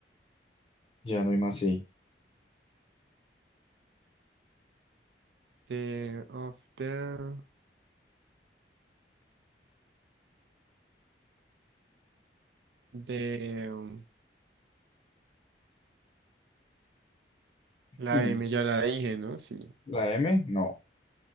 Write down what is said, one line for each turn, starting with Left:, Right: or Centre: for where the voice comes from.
Left: Ya no hay más I.
Right: D, of the. de um, la
Left: Hmm.
Right: M, ya la dije, ¿no? Sí,
Left: ¿La M? No.